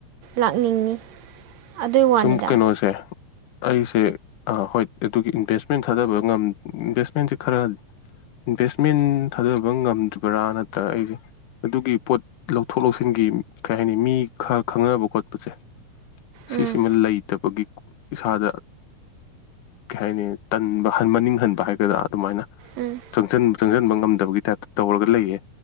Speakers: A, on the right; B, on the left.
A: ꯂꯥꯛꯅꯤꯡꯉꯤ ꯑꯗꯨꯏ ꯋꯥꯅꯤꯗ
B: ꯁꯃ ꯀꯩꯅꯣꯁꯦ ꯑꯩꯁꯦ ꯍꯣꯏ ꯑꯗꯨꯒꯤ ꯏꯟꯚꯦꯁꯃꯦꯟ ꯊꯥꯗꯕ ꯏꯟꯚꯦꯁꯃꯦꯟꯁꯦ ꯈꯔ ꯏꯟꯚꯦꯁꯃꯦꯟ ꯊꯥꯗꯕ ꯉꯝꯗ꯭ꯔꯤꯕ꯭ꯔꯥ ꯅꯠꯇ꯭ꯔꯒ ꯑꯩꯁꯦ ꯑꯗꯨꯒꯤ ꯄꯣꯠ ꯂꯧꯊꯣꯛ ꯂꯧꯁꯤꯟꯒꯤ ꯀꯩ ꯍꯥꯏꯅꯤ ꯃꯤ ꯈꯔ ꯈꯪꯅꯕ ꯈꯣꯠꯄꯁꯦ ꯁꯤꯁꯤꯃ
A: ꯎꯝ
B: ꯂꯩꯇꯕꯒꯤ ꯏꯁꯥꯗ ꯀꯩ ꯍꯥꯏꯅꯤ ꯇꯟꯕ ꯍꯟꯕ ꯅꯤꯡꯍꯟꯕ ꯍꯥꯏꯒꯗ꯭ꯔꯥ ꯑꯗꯨꯃꯥꯏꯅ
A: ꯎꯝ
B: ꯆꯪꯟ ꯆꯪꯁꯤꯟꯕ ꯉꯝꯗꯕꯒꯤ ꯇꯥꯏꯞꯇ ꯇꯧꯔꯒ ꯂꯩꯌꯦ